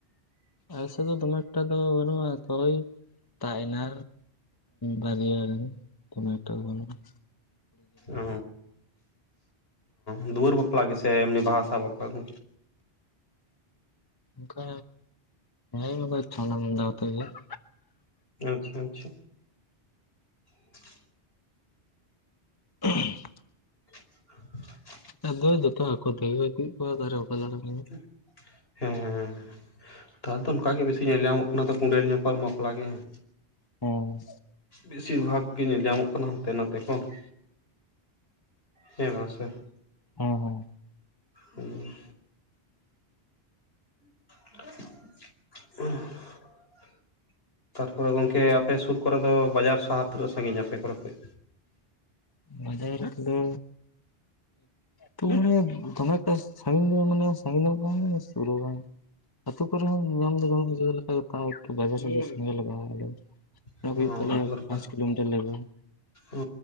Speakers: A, on the left; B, on the left.
A: ᱟᱞᱮ ᱥᱮᱫ ᱫᱚ ᱫᱚᱢᱮ ᱮᱠᱴᱟ ᱫᱚ ᱵᱟᱹᱱᱩᱜ-ᱟ ᱾ ᱛᱚ ᱚᱭ ᱛᱟᱜ ᱮᱱᱟ ᱵᱟᱨᱭᱟ ᱨᱮᱱ ᱾ <unintelligible>
B: ᱚ, ᱚ ᱫᱩᱣᱟᱹᱨ ᱵᱟᱯᱞᱟ ᱜᱮ ᱥᱮ ᱮᱢᱱᱤ ᱵᱟᱦᱟ ᱥᱟᱦᱟᱣ ᱵᱟᱯᱞᱟ ᱠᱚ?
A: ᱚᱱᱠᱟ, ᱦᱳᱭ ᱚᱱᱠᱟ ᱪᱷᱟᱢᱰᱟ ᱢᱟᱢᱰᱟ ᱟᱛᱮᱫ ᱜᱮ ᱾
B: ᱟᱪᱪᱷᱟ ᱟᱪᱪᱷᱟ ᱾ <inaudible>
A: <inaudible>
B: <inaudible>
A: ᱟᱫᱚ ᱡᱚᱛᱚ ᱟᱠᱚ ᱛᱮᱜᱮ ᱠᱚ ᱤᱫᱤᱭᱮᱫ ᱠᱚᱣᱟ <unintelligible>
B: ᱦᱮᱸ ᱾ ᱱᱮᱛᱟᱨ ᱫᱚ ᱚᱱᱠᱟ ᱜᱮ ᱵᱮᱥᱤ ᱧᱮᱞ ᱧᱟᱢᱚᱜ ᱠᱟᱱᱟ, ᱠᱩᱸᱰᱮᱞ ᱧᱟᱯᱟᱢ ᱵᱟᱯᱞᱟ ᱜᱮ ᱾
A: ᱚᱻ
B: ᱵᱮᱥᱤᱨ ᱵᱷᱟᱜᱽ ᱜᱮ ᱧᱮᱞ ᱧᱟᱢᱚᱜ ᱠᱟᱱᱟ ᱦᱟᱱᱛᱮ ᱱᱟᱛᱮ ᱠᱷᱚᱱ ᱾ ᱦᱮᱸ ᱢᱟ ᱥᱮ ᱾
A: ᱦᱚᱸ ᱦᱚᱸ ᱾
B: ᱦᱩᱸ ᱾ <inaudible> ᱛᱟᱨᱯᱚᱨᱮ ᱜᱚᱝᱠᱮ ᱟᱯᱮ ᱥᱩᱨ ᱠᱚᱨᱮ ᱫᱚ ᱵᱟᱡᱟᱨ ᱥᱟᱦᱟᱨ ᱛᱤᱱᱟᱹᱜ ᱥᱟᱺᱜᱤᱧᱟ ᱟᱯᱮ ᱠᱚᱨᱮ ᱠᱷᱚᱡ?
A: ᱵᱟᱡᱟᱨ ᱠᱚ ᱫᱚ ᱛᱚ ᱢᱟᱱᱮ ᱫᱚᱢᱮ ᱮᱠᱴᱟ ᱥᱟᱸᱜᱤᱧ ᱢᱟᱱᱮ ᱥᱟᱸᱜᱤᱧ ᱦᱚᱸ ᱵᱟᱝ ᱥᱩᱨ ᱦᱚᱸ ᱵᱟᱝ ᱾ ᱟᱛᱩ ᱠᱚᱨᱮ ᱦᱚᱸ ᱧᱟᱢ ᱫᱚ ᱧᱟᱢᱚᱜ ᱡᱮᱞᱮᱠᱟ, ᱛᱟᱣ ᱮᱠᱴᱩ ᱵᱟᱡᱟᱨ ᱥᱮᱫ ᱫᱚ ᱥᱮᱱ ᱜᱮ ᱞᱟᱜᱟᱜ-ᱟ ᱾ ᱦᱮᱞᱳ, ᱚᱱᱟ
B: ᱚ
A: ᱠᱚ ᱦᱩᱭᱩᱜ ᱛᱟᱞᱮᱭᱟ
B: ᱫᱚᱨᱠᱟᱨ
A: ᱯᱟᱸᱪ ᱠᱤᱞᱳᱢᱤᱴᱟᱨ ᱞᱮᱠᱟ ᱾
B: ᱚ,